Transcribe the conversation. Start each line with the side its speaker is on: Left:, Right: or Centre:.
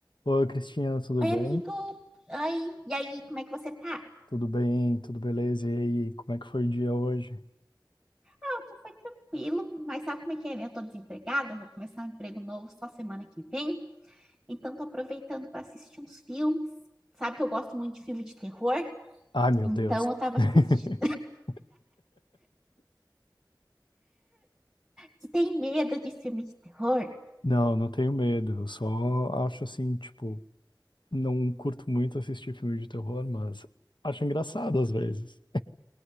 Left: Oi, Cristina, tudo
Centre: Oi,
Left: bem?
Centre: amigo. Oi, e aí, como é que você tá?
Left: Tudo bem, tudo beleza? E aí, como é que foi o dia hoje?
Centre: Ah, o dia foi tranquilo, mas sabe como é que é, né? Eu tô desempregada, eu vou começar um emprego novo só semana que vem, então tô aproveitando para assistir uns filmes. Sabe que eu gosto muito de filme de terror?
Left: Ai, meu
Centre: Então
Left: Deus.
Centre: eu tava
Left: <laughs>
Centre: assistindo. Você tem medo de filme de terror?
Left: Não, não tenho medo. Eu só acho assim, tipo, não curto muito assistir filme de terror, mas acho engraçado às vezes.